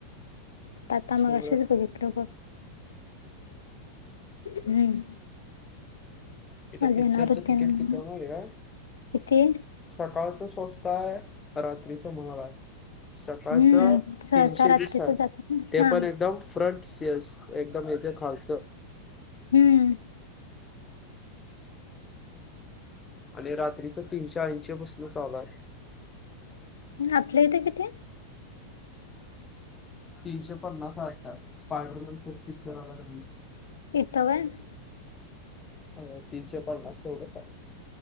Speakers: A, on the left (about 65°); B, on the left (about 20°).
A: आता
B: चांगलं
A: मगाशीच बघितलं बघ. हम्म.
B: इथं
A: आज
B: पिकच्चरचं
A: येणार होते
B: तिकीट
A: म्हणून
B: किती आहे माहितीय काय?
A: किती
B: सकाळचं स्वस्थ आहे, रात्रीचं महाग आहे. सकाळचं
A: हम्म सहसा
B: तीनशे
A: रात्रीच
B: वीस हाय,
A: जातात ना
B: ते
A: हा
B: पण एकदम फ्रंट्स येस एकदम याच खालचं.
A: हम्म
B: आणि रात्रीच तीनशे ऐंशीे पासन चालूय.
A: आपल्या इथं कितीय?
B: तीनशे पन्नास हाय वाटतं. स्पायडरमनच पिक्चर आला कनी
A: इथं व्हय?
B: हो तीनशे पन्नास तेवढंचाय.